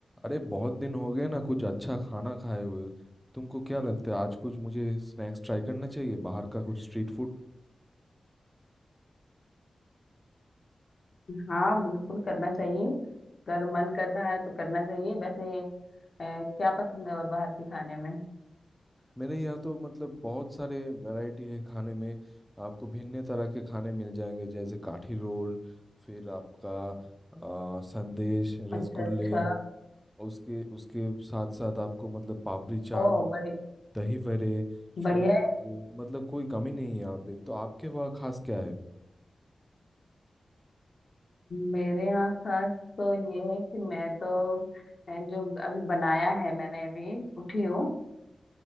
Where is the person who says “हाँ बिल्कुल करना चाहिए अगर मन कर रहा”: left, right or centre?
Left